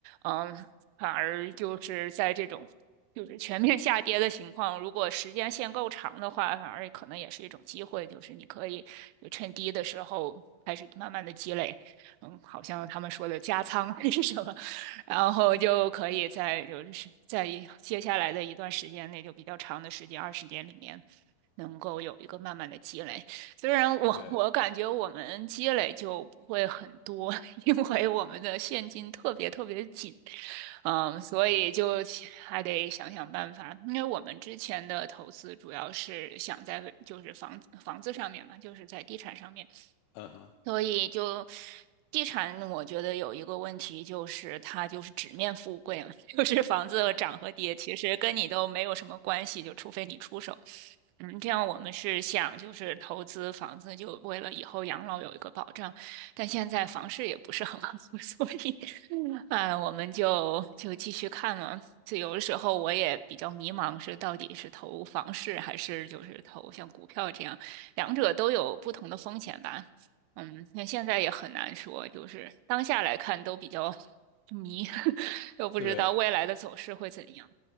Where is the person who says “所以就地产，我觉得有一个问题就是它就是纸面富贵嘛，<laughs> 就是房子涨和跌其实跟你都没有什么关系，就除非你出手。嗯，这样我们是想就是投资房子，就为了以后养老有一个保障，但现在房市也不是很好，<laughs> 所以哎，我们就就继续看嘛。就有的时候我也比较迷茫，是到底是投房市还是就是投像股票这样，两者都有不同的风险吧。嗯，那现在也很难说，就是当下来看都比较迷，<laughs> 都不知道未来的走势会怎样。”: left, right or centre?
Right